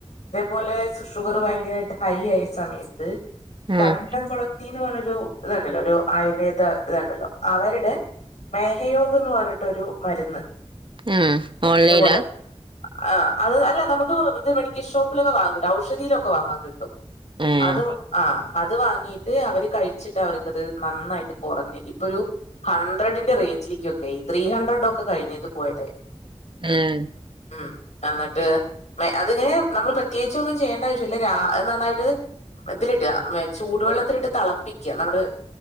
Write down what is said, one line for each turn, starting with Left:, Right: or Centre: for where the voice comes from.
Left: ഇതേപോലെ ഷുഗർ ഭയങ്കരായിട്ട് ഹൈ ആയ സമയത്ത് കണ്ടംകു
Right: ആഹ്
Left: ളത്തിന്ന് പറഞ്ഞൊ രു ഇത്ണ്ടല്ലോ ഒരു ആയുർവേദ ഇത്ണ്ടല്ലോ അവര്ടെ മേഹയോഗം എന്ന് പറഞ്ഞിട്ടൊരു മരുന്ന്
Right: ആഹ് ഓൺലൈലാ
Left: ഇതുപോലെ ആഹ് അത് അല്ല നമുക്ക് ഇത് മെഡിക്കൽ ഷോപ്പിലൊക്കെ വാങ്ങൻ കിട്ടും. ഔഷധീലൊക്കെ വാങ്ങാൻ കിട്ടും.
Right: ഏഹ്
Left: അത് ആഹ അത് വാങ്ങിട്ട് അവര് കഴിച്ചിട്ട് അവർക്കത് നന്നായിട്ട് കുറഞ്ഞ് ഇപ്പൊ ഒരു ഹൺഡ്രഡിന്റെ റേഞ്ചിലേക്കൊക്കെ ത്രീ ഹൺഡ്രഡ് ഒക്കെ കഴിഞ്ഞത് പോട്ടെ
Right: ഏഹ്
Left: ഉം എന്നിട്ട് അതിങ്ങനെ നമ്മൾ പ്രത്യേകിച്ച് ഒന്നും ചെയ്യേണ്ട ആവശ്യല്ല നന്നായിട്ട് ഇതിലിട ചൂടുവെള്ളത്തിലിട്ട് തിളപ്പിക്കുക നമ്മള്